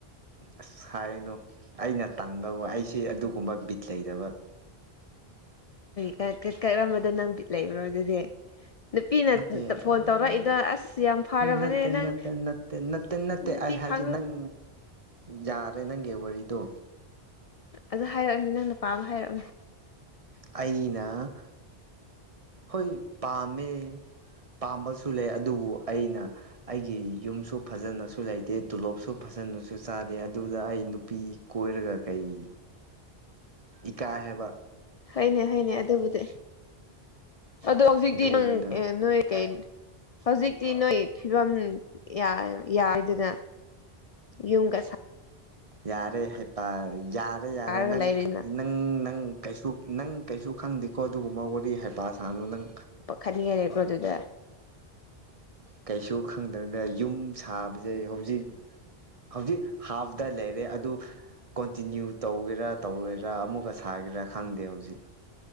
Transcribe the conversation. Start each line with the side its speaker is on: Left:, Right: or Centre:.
Right: ꯑꯁ ꯍꯥꯏꯅꯨ ꯑꯩꯅ ꯇꯟꯕ ꯋꯥꯍꯩꯁꯦ ꯑꯗꯨꯒꯨꯝꯕ ꯕꯤꯠ ꯂꯩꯇꯕ
Left: ꯀꯔꯤ ꯀꯔꯝꯕꯗ ꯅꯪ ꯕꯤꯠ ꯂꯩꯕ꯭ꯔꯣ ꯑꯗꯨꯗꯤ ꯅꯨꯄꯤꯅ
Right: ꯅꯠꯇꯦ
Left: ꯐꯣꯟ ꯇꯧꯔꯛꯏꯗꯣ
Right: ꯎꯝ
Left: ꯑꯁ ꯌꯥꯝ ꯐꯔꯕꯅꯦ
Right: ꯅꯠꯇꯦ
Left: ꯅꯪ
Right: ꯅꯠꯇꯦ ꯅꯠꯇꯦ ꯅꯠ ꯇꯦ ꯅꯠꯇꯦ
Left: ꯅꯨꯄꯤ
Right: ꯑꯩ ꯍꯥꯏꯒꯦ
Left: ꯐꯥꯡꯉꯣꯏ
Right: ꯅꯪ ꯌꯥꯔꯦ ꯅꯪꯒꯤ ꯋꯥꯔꯤꯗꯣ
Left: ꯑꯗꯨ ꯍꯥꯏꯔꯛꯑꯣꯅꯦ ꯅꯪꯅ ꯄꯥꯃ ꯍꯥꯏꯔꯛꯑꯣꯅꯦ
Right: ꯑꯩꯅ ꯍꯣꯏ ꯄꯥꯝꯃꯦ ꯄꯥꯝꯕꯁꯨ ꯂꯩ ꯑꯗꯨꯕꯨ ꯑꯩꯅ ꯑꯩꯒꯤ ꯌꯨꯝꯁꯨ ꯐꯖꯅꯁꯨ ꯂꯩꯇꯦ ꯇꯣꯂꯣꯞꯁꯨ ꯐꯖꯅꯁꯨ ꯆꯥꯗꯦ ꯑꯗꯨꯗ ꯑꯩ ꯅꯨꯄꯤ ꯀꯣꯏꯔꯒ ꯀꯩ ꯏꯀꯥꯏ ꯍꯥꯏꯕ
Left: ꯍꯣꯏꯅꯦ ꯍꯣꯏꯅꯦ ꯑꯗꯨꯕꯨꯗꯤ ꯑꯗꯣ ꯍꯧꯖꯤꯛꯇꯤ
Right: ꯑꯗꯨꯒꯤꯅꯤꯗ
Left: ꯅꯪ ꯅꯣꯏ ꯀꯩ ꯍꯧꯖꯤꯛꯇꯤ ꯅꯣꯏ ꯐꯤꯕꯝ ꯌꯥꯏ ꯌꯥꯏꯗꯅ ꯌꯨꯝꯒ ꯁꯥ
Right: ꯌꯥꯔꯦ ꯍꯩꯄꯥ ꯌꯥꯔꯦ
Left: ꯁꯥꯔꯒ
Right: ꯌꯥꯔꯦ ꯅꯪ
Left: ꯂꯩꯔꯤꯅ
Right: ꯅꯪ ꯅꯪ ꯀꯩꯁꯨ ꯅꯪ ꯀꯩꯁꯨ ꯈꯪꯗꯦꯀꯣ ꯑꯗꯨꯒꯨꯝꯕ ꯋꯥꯔꯤ ꯍꯩꯄꯥ ꯁꯥꯥꯅꯨ ꯅꯪ
Left: ꯈꯟꯅꯤꯡꯉꯥꯏ ꯂꯩꯕꯔꯣ ꯑꯗꯨꯗ
Right: ꯀꯩꯁꯨ ꯈꯪꯗ꯭ꯔꯒ ꯌꯨꯝ ꯁꯥꯕꯁꯦ ꯍꯧꯖꯤꯛ ꯍꯧꯖꯤꯛ ꯍꯥꯐꯇ ꯂꯩꯔꯦ ꯑꯗꯨ ꯀꯣꯟꯇꯤꯅꯤꯌꯨ ꯇꯧꯒꯦꯔꯥ ꯇꯧꯔꯣꯏꯔꯥ ꯑꯃꯨꯛꯀ ꯁꯥꯒꯦꯔꯥ ꯈꯪꯗꯦ ꯍꯧꯖꯤꯛ